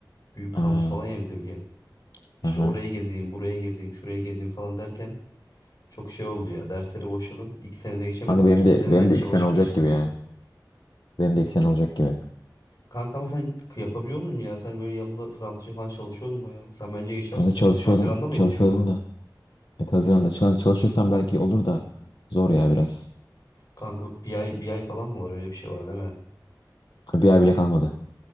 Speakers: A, on the left; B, on the left.
A: Büyük
B: Ha.
A: kampüs falan ya bizimki. İşte
B: Aha.
A: oraya gezeyim, buraya gezeyim, şuraya gezeyim falan derken çok şey oldu ya. Dersleri boşladım. İlk senede geçemedim.
B: Kanka benim
A: İkinci
B: de
A: senede
B: benim
A: çalışıp
B: de iki sene olacak
A: geçtim
B: gibi
A: ya.
B: ya. Benim de iki sene olacak gibi.
A: Kanka ama sen k- yapabiliyor musun ya? Sen böyle yanımda Fransızca falan çalışıyordun bayağı. Sen bence geçersin.
B: Kanka çalışıyordum,
A: Haziran'da mıydı
B: çalışıyordum
A: sizin sınav?
B: da. Evet, Haziran'da çalış- çalışırsam belki olur da zor ya biraz.
A: Kanka bir ay, bir ay falan mı var? Öyle bir şey var değil mi?
B: Bir ay bile kalmadı.